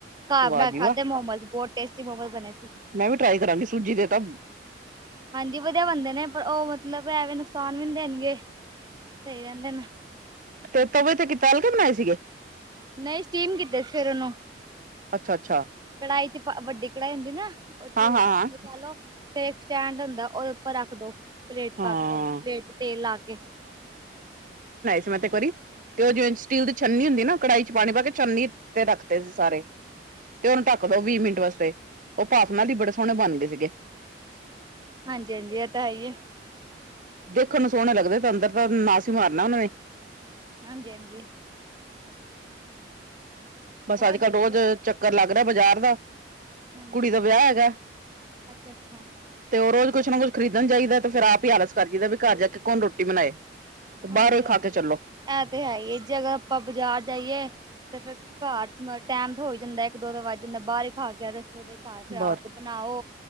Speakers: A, on the right (about 25°); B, on the right (about 50°).
A: ਘਰ ਬਣਾ
B: ਵਾਹ ਜੀ
A: ਖਾਧੇ
B: ਵਾਹ
A: ਮੋਮੋਸ ਬਹੁਤ ਟੇਸਟੀ ਮੋਮੋਸ ਬਣੇ ਸੀ।
B: ਮੈਂ ਵੀ ਟਰਾਈ ਕਰਾਂਗੀ ਸੂਜੀ ਦੇ ਤਾਂ
A: ਹਾਂਜੀ ਵਧੀਆ ਬਣਦੇ ਨੇ, ਪਰ ਉਹ ਮਤਲਬ ਐਵੇਂ ਨੁਕਸਾਨ ਵੀ ਨੀਂ ਦੇਣਗੇ‌। ਸਈ ਰਹਿੰਦੇ ਨੇ
B: ਤੇ ਤਵੇ ਤੇ ਕੀ ਤਲ ਕੇ ਬਣਾਏ ਸੀਗੇ?
A: ਨਹੀਂ ਸਟੀਮ ਕੀਤੇ ਫਿਰ ਉਹਨੂੰ
B: ਅੱਛਾ-ਅੱਛਾ।
A: ਕੜਾਈ ਚ ਵੱਡੀ ਕੜਾਈ ਹੁੰਦੀ ਨਾ ਉਹ ਚ
B: ਹਾਂ ਹਾਂ
A: ਪਾਣੀ
B: ਹਾਂ
A: ਪਾ ਲੋ ਫੇਰ ਸਟੈਂਡ ਹੁੰਦਾ ਉਹਦੇ ਉੱਪਰ ਰੱਖ ਦੋ ਪਲੇਟ ਚ
B: ਹਾਂ
A: ਪਾਕੇ ਕੇ, ਪਲੇਟ ਚ ਤੇਲ ਲਾ ਕੇ
B: ਤੇ ਮੈ ਤੇ ਇੱਕ ਵਾਰੀ ਤੇ ਉਹ ਜਿਵੇਂ ਸਟੀਲ ਦੀ ਛੰਨੀ ਹੁੰਦੀ ਨਾ ਕੜਾਹੀ ਚ ਪਾਣੀ ਪਾ ਕੇ ਛਨਨੀ ਤੇ ਰੱਖ ਤੇ ਸੀ ਸਾਰੇ। ਤੇ ਉਹਨੂੰ ਢੱਕ ਦੋ ਵੀਹ ਮਿੰਟ ਵਾਸਤੇ ਉਹ ਭਾਫ ਨਾਲ ਈ ਬੜੇ ਸੋਹਣੇ ਬਣਦੇ ਸੀਗੇ।
A: ਹਾਂਜੀ- ਹਾਂਜੀ ਇਹ ਤਾਂ ਹੈ ਈ ਆ।
B: ਦੇਖਣ ਨੂੰ ਸੋਹਣੇ ਲੱਗਦੇ ਤਾਂ ਅੰਦਰ ਤਾਂ ਨਾਸ ਈ ਮਾਰਨਾ ਉਹਨਾਂ ਨੇ
A: ਹਾਂਜੀ-ਹਾਂਜੀ।
B: ਬਸ
A: ਹੋਰ
B: ਅੱਜ
A: ਦੱਸੋ
B: ਕੱਲ ਰੋਜ਼ ਚੱਕਰ ਲੱਗ ਰਿਹਾ ਬਜ਼ਾਰ ਦਾ
A: ਹਾਂਜੀ
B: ਕੁੜੀ
A: ਹਾਂਜੀ
B: ਦਾ ਵਿਆਹ ਹੈਗਾ।
A: ਅੱਛਾ ਅੱਛਾ
B: ਤੇ ਉਹ ਰੋਜ਼ ਕੁੱਛ ਨਾ ਕੁੱਛ ਖਰੀਦਣ ਜਾਈਦਾ ਤੇ ਫਿਰ ਆਪ ਹੀ ਆਲਸ ਕਰ ਜਾਈ ਦੇ ਬੀ ਘਾਰ ਜਾ ਕੇ ਕੌਣ ਰੋਟੀ ਬਣਾਏ ਤੇ
A: ਹਾਂਜੀ-ਹਾਂਜੀ
B: ਬਾਹਰੋਂ ਖਾ ਕੇ ਚੱਲੋ
A: ਇਹ ਤੇ ਹੈ ਹੀ ਏ ਜਦੋਂ ਆਪਾਂ ਬਾਜ਼ਾਰ ਜਾਈਏ ਤੇ ਫੇਰ ਘਰ ਮ ਟੈਮ‌ ਤੇ ਹੋਈ ਜਾਂਦਾ ਇੱਕ ਦੋ ਤੇ ਵੱਜ ਈ ਜਾਂਦਾ ਬਾਹਰ ਹੀ ਖਾ ਕੇ ਆਜੋ ਇਸ ਤੋਂ ਵਧੀਆ ਘਰ ਫਿਰ ਆਕੇ
B: ਬਾਹਰ
A: ਬਣਾਓ